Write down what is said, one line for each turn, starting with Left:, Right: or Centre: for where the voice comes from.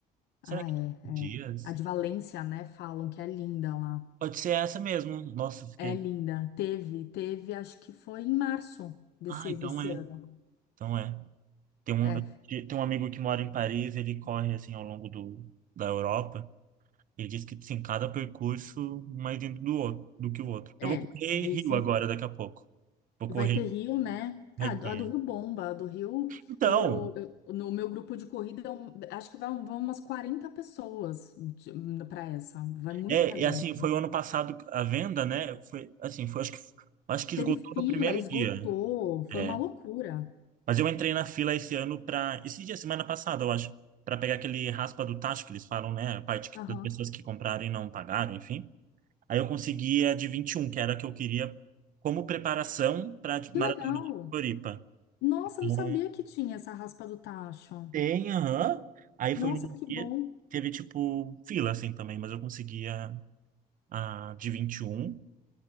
Left: Ah,
Right: Será que
Left: é,
Right: é
Left: é.
Right: dias?
Left: A de Valência, né? Falam que é linda lá.
Right: Pode ser essa mesmo. Nossa, fiquei.
Left: É linda. Teve, teve, acho que foi em março desse,
Right: Ah, então
Left: desse
Right: é.
Left: ano.
Right: Então é. Tem um,
Left: É,
Right: tem um amigo que mora em Paris, ele corre assim ao longo do, da Europa. Ele diz que sim, cada percurso mais dentro do outro, do que o outro.
Left: é,
Right: Eu vou correr
Left: dizem.
Right: Rio agora, daqui a pouco. Vou correr,
Left: Vai ter Rio, né?
Right: vai
Left: Ah, a
Right: ter.
Left: do Rio bomba. A do Rio,
Right: Então,
Left: eu, eu- no meu grupo de corrida, eu- acho que vão, vão umas 40 pessoas para essa. Vai muita
Right: é,
Left: gente.
Right: é assim, foi o ano passado a venda, né? Foi assim, foi acho que acho que esgotou
Left: Teve fila,
Right: no primeiro
Left: esgotou,
Right: dia.
Left: foi
Right: É.
Left: uma loucura.
Right: Mas eu entrei na fila esse ano para esse dia, semana passada, eu acho, para pegar aquele raspa do tacho que eles falam, né? A parte que,
Left: Aham.
Right: das pessoas que compraram e não pagaram, enfim. Aí eu consegui a de 21 que era a que eu queria como preparação para a
Left: Que
Right: Maratona
Left: legal.
Right: de Floripa.
Left: Nossa,
Right: Então,
Left: eu não sabia que tinha essa raspa do tacho.
Right: tem, aham. Aí
Left: Nossa,
Right: foi num
Left: que
Right: dia,
Left: bom.
Right: teve tipo fila assim também, mas eu consegui a, a de vinte e um